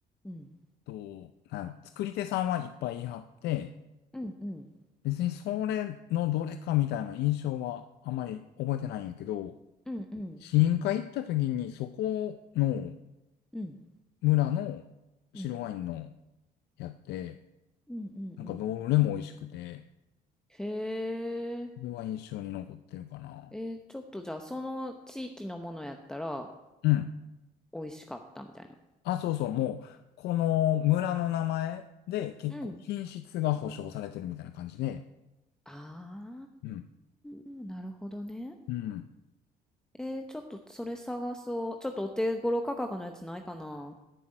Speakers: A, in the centre; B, on the left.
A: うん。
B: と、なんやろ、作り手さんはいっぱい言い張って、
A: うんうん。
B: 別にそれのどれかみたいな印象はあまり覚えてないんやけど、
A: うんうん。
B: 試飲会行った時にそこの
A: うん。
B: 村の白ワインの
A: うん。
B: やって、
A: うんうんうん。
B: なんかどれも美味しくて、
A: へえ。
B: それは印象に残ってるかな。
A: えー、ちょっとじゃあ、その地域のものやったら
B: うん。
A: 美味しかったみたいな。
B: あ、そうそう、もう、この村の名前で結構品質が保証されてるみたいな感じで、
A: うん。あ
B: うん。
A: ー、なるほどね。
B: うん。
A: えー、ちょっとそれ探そう。ちょっとお手頃価格のやつないかな。